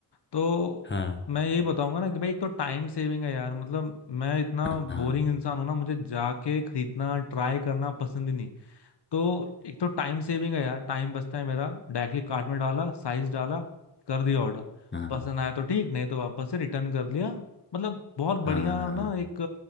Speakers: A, on the left; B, on the left.
A: तो
B: हाँ
A: मैं यही बताऊंगा ना कि भाई एक तो टाइम सेविंग है यार मतलब मैं इतना
B: हाँ
A: बोरिंग इंसान हूं ना मुझे जाके खरीदना ट्राई करना पसंद ही नहीं तो एक तो टाइम सेविंग है यार टाइम बचता है मेरा डायरेक्टली कार्ट में डाला साइज डाला कर दिया ऑर्डर
B: हाँ
A: पसंद आया तो ठीक नहीं तो वापस से रिटर्न कर लिया मतलब बहुत
B: हाँ
A: बढ़िया ना एक